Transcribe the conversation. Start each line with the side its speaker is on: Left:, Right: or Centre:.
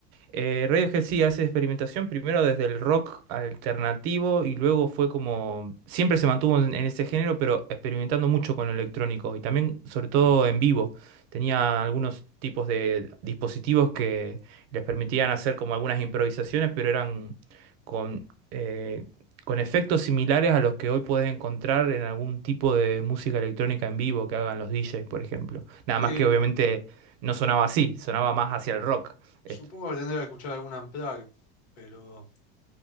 Right: Eh, Radiohead sí hace experimentación primero desde el rock alternativo y luego fue como, siempre se mantuvo en, en ese género, pero experimentando mucho con lo electrónico y también sobre todo en vivo. Tenía algunos tipos de dispositivos que les permitían hacer como algunas improvisaciones, pero eran con, eh, con efectos similares a los que hoy puedes encontrar en algún tipo de música electrónica en vivo que hagan los DJs, por ejemplo. Nada
Left: Sí,
Right: más que obviamente no sonaba así, sonaba más hacia el rock.
Left: supongo
Right: esto.
Left: que tendría que escuchar alguna Unplugged, pero